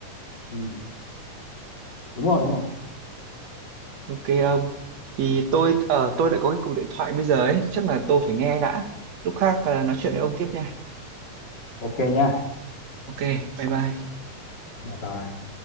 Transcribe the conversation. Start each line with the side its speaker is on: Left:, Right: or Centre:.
Left: Ừ, đúng rồi, đúng rồi.
Right: Ok ông. Thì tôi ở tôi lại có cái cuộc điện thoại bây giờ ấy, chắc là tôi phải nghe đã. Lúc khác à, nói chuyện với ông tiếp nha.
Left: Ok nha.
Right: Ok, bye bye.
Left: Bye bye.